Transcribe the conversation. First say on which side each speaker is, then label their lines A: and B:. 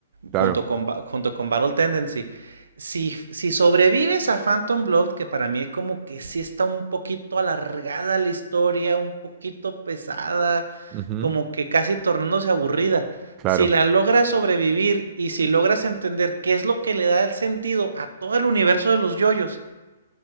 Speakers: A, on the right (about 30°); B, on the right (about 80°).
A: Claro,
B: junto con, Ba- junto con Battle Tendency, si, si sobrevives a Phantom Blood, que para mí es como que sí está un poquito alargada la historia, un poquito pesada,
A: ujú,
B: como que casi tornándose aburrida.
A: claro.
B: Si la logras sobrevivir y si logras entender qué es lo que le da el sentido a todo el universo de los yoyos,